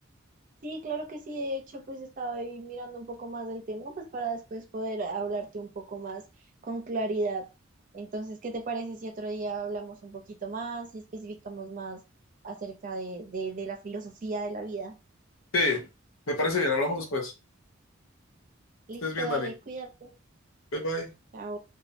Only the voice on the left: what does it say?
Sí, me parece bien, hablamos después.
Que Estés bien,
Dani.
Bye bye.